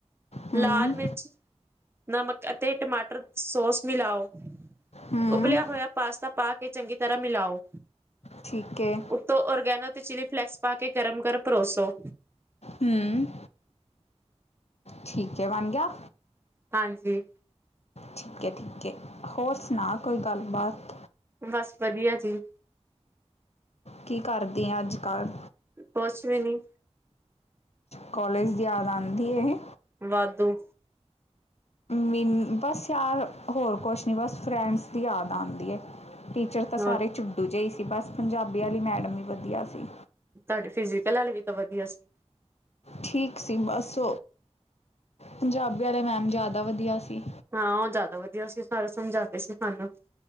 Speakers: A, on the left (about 65°); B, on the right (about 20°).
A: ਹੂੰ
B: ਲਾਲ ਮਿਰਚ ਨਮਕ ਅਤੇ ਟਮਾਟਰ ਸੋਸ ਮਿਲਾਓ।
A: ਹੂੰ
B: ਉਬਲਿਆ ਹੋਇਆ ਪਾਸਤਾ ਪਾ ਕੇ ਚੰਗੀ ਤਰ੍ਹਾਂ ਮਿਲਾਓ।
A: ਠੀਕ ਹੈ।
B: ਉੱਤੋਂ ਔਰਗੈਨੋ ਤੇ ਚਿਲੀ ਫਲੇੈਕਸ ਪਾ ਕੇ ਗਰਮ ਗਰਮ ਪਰੋਸੋ।
A: ਹੂੰ ਠੀਕ ਹੈ ਬਣ ਗਿਆ।
B: ਹਾਂਜੀ।
A: ਠੀਕ ਏ ਠੀਕ ਏ ਹੋਰ ਸੁਣਾ ਕੋਈ ਗੱਲਬਾਤ।
B: ਬਸ ਵਧੀਆ ਜੀ।
A: ਕੀ ਕਰਦੀ ਆ ਅੱਜ-ਕੱਲ੍ਹ?
B: ਕੁਛ ਵੀ ਨੀ,
A: ਕੋਲੇਜ ਦੀ ਯਾਦ, ਆਉਂਦੀ ਏ
B: ਵਾਧੂ
A: ਮੀਨ ਬਸ ਯਾਰ ਹੋਰ ਕੁਛ ਨਹੀਂ, ਬਸ ਫਰੈਂਡਸ ਦੀ ਯਾਦ ਆਉਂਦੀ ਹੈ ਟੀਚਰ
B: ਹੋਰ
A: ਤਾਂ ਸਾਰੇ, ਚੂਡੂ ਜੇ ਹੀ ਸੀ, ਬਸ ਪੰਜਾਬੀ ਵਾਲੀ ਮੈਡਮ ਵੀ ਵਧੀਆ ਸੀ।
B: ਤੁਹਾਡੇ ਫਿਜੀਕਲ, ਹੱਲ ਵੀ ਤਾਂ ਵਧੀਆ ਸੀ।
A: ਠੀਕ ਸੀ ਬਸ, ਪੰਜਾਬੀ ਵਾਲੇ ਮੈਮ ਜ਼ਿਆਦਾ ਵਧੀਆ ਸੀ।
B: ਹਾਂ ਉਹ ਜ਼ਿਆਦਾ ਵਧੀਆ ਸੀ ਸਾਰਾ ਸਮਝਾਉਂਦੇ ਸੀ ਸਾਨੂੰ।